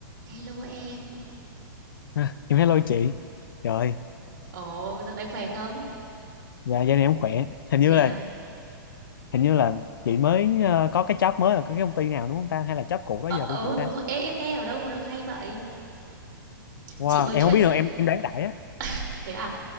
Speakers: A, on the right; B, on the left.
A: Hello em.
B: Ha, em hello chị rồi
A: Ồ, dạo này khỏe không?
B: dạ gia đình em khỏe hình như
A: Nè
B: là
A: à.
B: hình như là chị mới ờ, có cái job mới là cái công ty nào đúng không ta hay là job cũ đó
A: Ờ,
B: giờ
A: ừ
B: của chị
A: đúng
B: ta
A: rồi. Ê, em nghe ở đâu mà được hay vậy?
B: wow
A: Chị mới
B: em
A: chuyển
B: không biết
A: sang
B: được em em đoán đại á
A: <laughs> thế à?